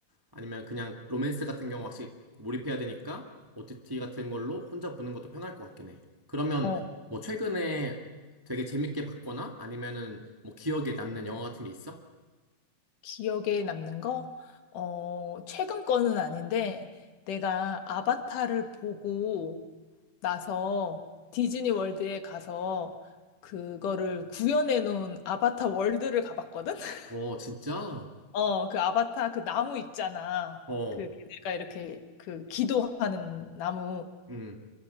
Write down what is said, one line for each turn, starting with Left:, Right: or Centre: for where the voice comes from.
Right: 아니면 그냥 로맨스 같은 경우 확실히 몰입해야 되니까 OTT 같은 걸로 혼자 보는 것도 편할 것 같긴 해. 그러면
Left: 어,
Right: 뭐 최근에 되게 재밌게 봤거나 아니면은 뭐 기억에 남는 영화 같은 게 있어?
Left: 기억에 남는 거? 어, 최근 거는 아닌데 내가 아바타를 보고 나서 디즈니 월드에 가서 그거를 구현해 놓은 아바타 월드를 가봤거든? <laughs>
Right: 어, 진짜?
Left: 어, 그 아바타 그 나무 있잖아.
Right: 어,
Left: 그 걔네가 이렇게 그 기도하는 나무
Right: 음,